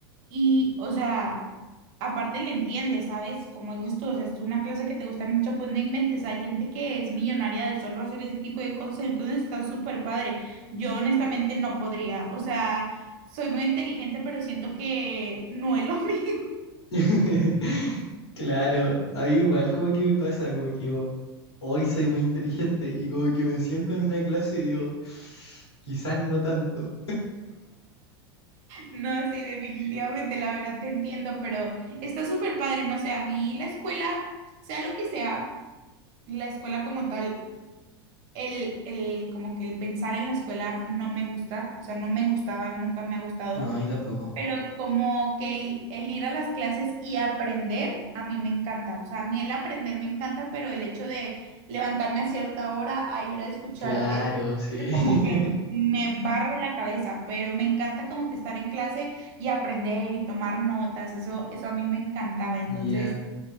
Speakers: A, on the right (about 50°); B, on the left (about 85°).
A: Y, o sea, aparte le entiendes, ¿sabes? Como dices tú, o sea, es una clase que te gusta mucho, pues no inventes. Hay gente que es millonaria de solo hacer ese tipo de cosas, entonces está súper padre. Yo honestamente no podría, o sea, soy muy inteligente, pero siento que no es lo <laughs> mío.
B: <laughs> Claro, a mí igual como que me pasa, como que digo, hoy soy muy inteligente y como que me siento en una clase y digo, <laughs> quizás no tanto.
A: No, sí, definitivamente, la verdad te entiendo, pero está súper padre, no sé, a mí la escuela, sea lo que sea, la escuela como tal. el, el, como que el pensar en la escuela no me gusta, o sea, no me gustaba, nunca me ha gustado,
B: No, y tampoco.
A: pero como que el, el ir a las clases y aprender, a mí me encanta, o sea, a mí el aprender me encanta, pero el hecho de levantarme a cierta hora a ir a escuchar
B: Claro,
A: es,
B: sí.
A: es
B: <laughs>
A: como que me barre la cabeza, pero me encanta como que estar en clase y aprender y tomar notas, eso, eso a mí me encantaba, entonces...
B: Mira,